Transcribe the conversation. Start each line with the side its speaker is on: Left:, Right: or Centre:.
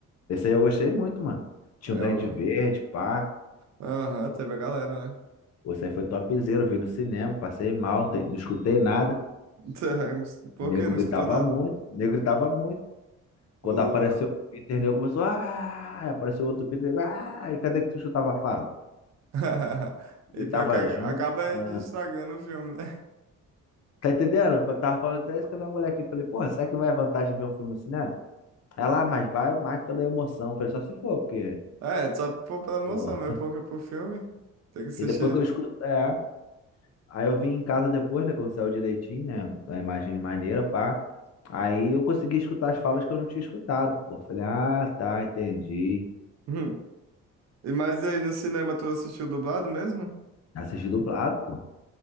Left: esse aí eu gostei muito, mano, tinha
Right: É
Left: o Duende
Right: o.
Left: Verde, pá,
Right: Aham, teve a galera, né?
Left: Você foi topzera, eu vi no cinema, passei mal, te- não escutei nada.
Right: <laughs> Tá, Por
Left: O nego
Right: que não
Left: gritava
Right: escutou nada?
Left: muito, o nego gritava muito. Quando
Right: Ô, louco.
Left: apareceu o Peter, o nego começou, ah, Aí apareceu outro Peter, nego, ah, e cadê que tu escutava a fala?
Right: <laughs>
Left: Gritava
Right: E pior que a-
Left: junto.
Right: acaba é
Left: ah.
Right: de estragando o filme, né?
Left: Tá entendendo? Eu tava falando até isso com a minha mulher aqui. Falei, porra, será que vai a vantagem de ver um filme no cinema? Ela, ah, mas vai mais pela emoção. Eu Falei, só se for, porque.
Right: Ah, É, só por- pela emoção
Left: Porra.
Right: mesmo, porque pro filme tem que assistir.
Left: E depois que eu escuto. É, Aí eu vim em casa depois, né? Quando saiu direitinho, né? A imagem maneira, pá. Aí eu consegui escutar as falas que eu não tinha escutado, pô. Falei, ah, tá, entendi.
Right: Hum. E mais aí, no cinema tu assistiu dublado mesmo?
Left: Assisti dublado, pô.